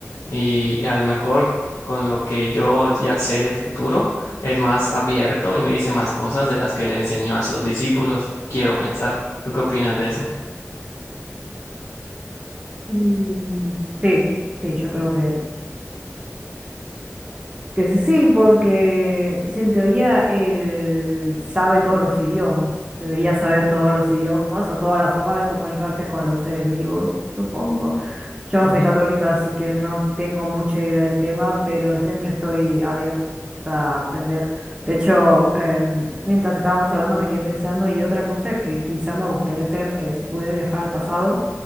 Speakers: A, on the left; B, on the right.
A: Y, y a lo mejor con lo que yo ya sé del futuro, es más abierto y me dice más cosas de las que le enseñó a sus discípulos. Quiero pensar. ¿Tú qué opinas de eso?
B: Y sí, sí, yo creo que Que sí, sí, porque si en teoría él sabe todos los idiomas, debería saber todos los idiomas o toda la forma de comunicarse con los seres vivos, supongo. Yo no
A: Ujú,
B: soy católica, así que no tengo mucha idea del tema, pero siempre estoy abierta a aprender. De hecho, em, mientras estábamos hablando me quedé pensando y otra cosa que quizá me gustaría hacer, eh, si pudiera viajar al pasado,